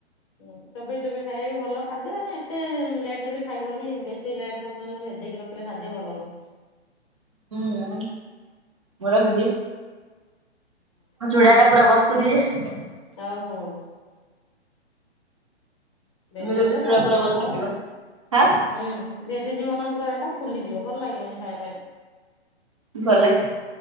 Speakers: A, on the left (about 30°); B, on the right (about 30°).
A: ହୁ ଚୋବେଇ ଚୋବେଇ ଖାଇବା ବି ଭଲ ଖାଦ୍ୟ ହେଲେ ଏତେ ଲେଟ ରେ ବି ଖାଇବନି ବେଶୀ ଲେଟ ପର୍ଯ୍ୟନ୍ତ ଭେଦେଇକି ରଖିଲେ ଖାଦ୍ୟ ଭଲ ନୁଁ।
B: ହଁ ମୁଁ ରଖୁଚି। ଚୁଡା ଟା ପୁରା ବତୁୁରି ଯାଏ।
A: ଚ୍ଛା ହଉ। ଭେଦିଗଲେ
B: ଏମିତି ଗୋଟେ ଚୁଡା
A: ତାପରେ
B: ପୁରା
A: ଯାଇ
B: ବତୁରିଯିବ।
A: ଖାଅ ଆଉ।
B: ହଁ
A: ହୁଁ ଭେଦିଯିବ ନା ପୁରା ଏଟା ଫୁଲିଯିବ ଭଲ ଲାଗିବନି ଖାଇବା ପାଇଁ।
B: ଭାଲଲାଗେ।